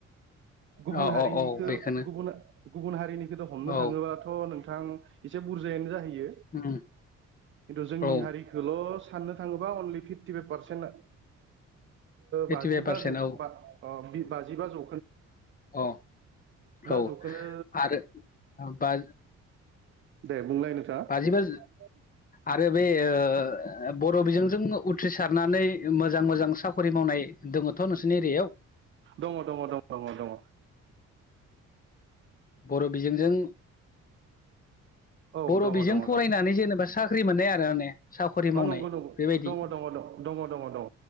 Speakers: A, on the right; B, on the left.
A: गुबुन
B: औ
A: हारिनिखौ
B: औ औ बेखौनो
A: गुबुन गुबुन हारिनिखौथ' हमनो
B: औ
A: थाङोबाथ' नों थां इसे बुरजायानो जाहैयो
B: उम
A: खिन्थु जोंनि
B: औ
A: हारिखौल' साननो थाङोबा अनलि फिफ्टिफाइभ पारसेन्टआ
B: ओइटिफाइभ
A: बाजिबा
B: पारसेन्ट
A: जौ
B: औ
A: बा बाजिबा जौ
B: अ औ
A: जौखोन्दो
B: आरो बा
A: दे बुंलाय नोथाङा
B: बाजिबा आरो बे ओ ब र बिजोंजों उथ्रिसारनानै मोजां मोजां साकरि मावनाय दङथ' नोंसिनि एरियायाव
A: दङ दङ दङ दङ दङ
B: बर' बिजोंजों
A: औ
B: बर'
A: दङ
B: बिजों
A: दङ
B: फरायनानै
A: दङ
B: जेनेबा साख्रि मोननाय आरो माने साख'रि मावनाय
A: नंगौ नंगौ
B: बेबायदि
A: दङ दङ दङ दङ दङ